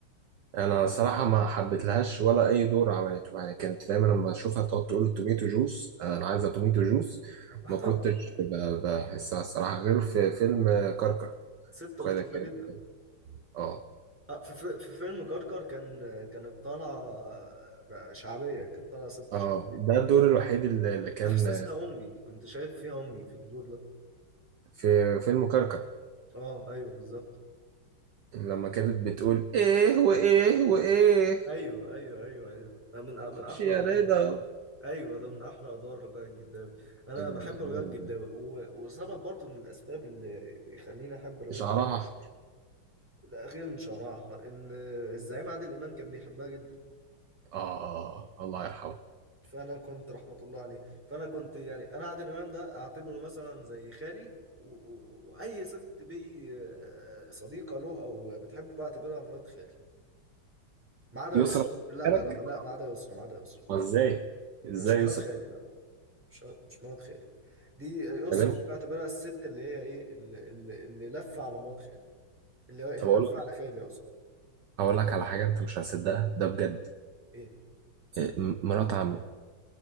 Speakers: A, on the right; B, in the centre.
A: انا الصراحه ما حبيتلهاش ولا اي دور عملته يعني كانت دايما لما اشوفها تقعد تقول توميتو جوس آه، انا عايزه توميتو جوس
B: <laughs>
A: ما كنتش ب- بحسها الصراحه غير في فيلم آه، كركر
B: ست لطيفة
A: كده كان
B: جدا
A: اه
B: آه، في في في فيلم كركر كان كانت طالعة آه، شعبية كانت طالعة ست
A: اه
B: شعبية
A: ده الدور الوحيد اللي اللي كان
B: كنت حاسسها أمي كنت شايف فيها أمي في الدور ده
A: في فيلم كركر
B: أه أيوه بالظبط
A: لما كانت بتقول ايه وايه وايه
B: أيوه أيوه أيوه أيوه من من
A: خش
B: أحلى
A: يا
B: أدوار
A: رضا
B: ايوه ده من احلى ادوار رجاء الجداوي انا
A: اجمل
B: بحب
A: أجمل.
B: رجاء الجداوي و... وسبب برضو من الاسباب اللي بيخليني احب رجاء
A: شعرها
B: الجداوي
A: احمر
B: ده غير ان شعرها احمر ان الزعيم عادل امام كان بيحبها جدا
A: اه الله يرحمه
B: فانا كنت رحمه الله عليه فانا كنت يعني انا عادل امام ده اعتبره مثلا زي خالي و... و... واي ست بي صديقه له او بتحبه بعتبرها مرات خالي ما عدا
A: يسرا
B: يسرا لا
A: بالك؟
B: لا لا لا ما عدا يسرا ما عدا يسرا
A: ازاي ازاي
B: انا مش مرات
A: يسرا
B: يسرا خالي لا مش مش مرات خالي دي آه، يسرا
A: تمام
B: ممكن اعتبرها الست اللي هي ايه اللي, اللي, اللي لفه على مرات خالي اللي هو- اللي
A: طب اقول
B: لفه على خالي اقصد
A: اقول لك على حاجه انت مش هتصدقها ده بجد
B: ايه
A: إيه، م- مرات عمي